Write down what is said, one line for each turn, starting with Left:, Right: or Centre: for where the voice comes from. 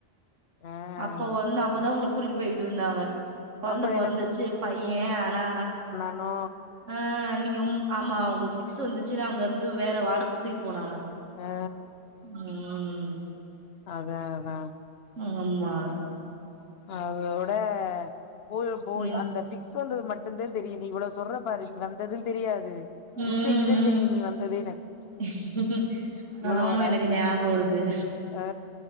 Left: ஆ
Right: அப்ப வந்து அப்பதா உங்களுக் கூட்டிட்டு போயிட்ருந்தாங்க கொழந்த
Left: அப்ப
Right: பொறந்துச்சு
Left: எனக்கு
Right: பைய ஆனா
Left: நோ
Right: ஆ நீங்க ம் ஆமா உங்களுக்கு பிக்ஸ் வந்துச்சுன்னு அங்க இருந்து வேற வாடுக் தூக்கிட் போனாங்க
Left: ஆ
Right: ம்
Left: அதா அதா
Right: ஆமா
Left: அதோட போய் போய்
Right: ம்
Left: அந்த பிக் சொல்றது மட்டுந்தா தெரியும் நீ இவ்வளவு சொல்ற பாரு நீ வந்ததும் தெரியாது
Right: ம்
Left: இன்னைக்கு தா தெரியும்
Right: ம்
Left: நீ வந்ததே எனக்கு
Right: <inaudible>
Left: இவ்ளோ
Right: ஆமா
Left: நாள்
Right: எனக்கு
Left: கழிச்சி
Right: ஞாபகோ இருக்கு
Left: ஆ